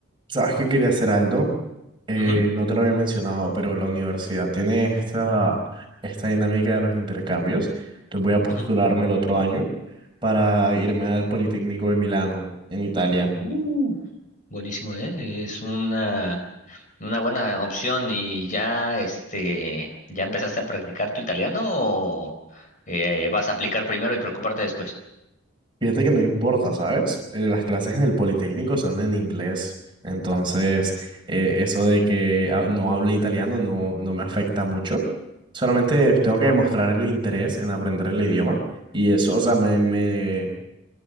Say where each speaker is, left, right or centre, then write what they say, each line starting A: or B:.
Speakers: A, on the right; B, on the left.
A: ¿Sabes qué quería hacer, Aldo? Eh,
B: Ujú,
A: no te lo había mencionado, pero la universidad tiene esta, esta dinámica de los intercambios. Entonces voy a postularme
B: ujú.
A: el otro año para irme al Politécnico de Milano, en Italia.
B: Uh, buenísimo, ¿eh? Es una, una buena opción. ¿Y ya, este, ya empezaste a practicar tu italiano o eh, vas a aplicar primero y preocuparte después?
A: Fíjate que no importa, ¿sabes? Eh, las clases en el Politécnico son en inglés. Entonces, eh, eso de que ah, no hable italiano no, no me afecta mucho. Solamente tengo que demostrar el interés en aprender el idioma. Y eso, o sea, me, me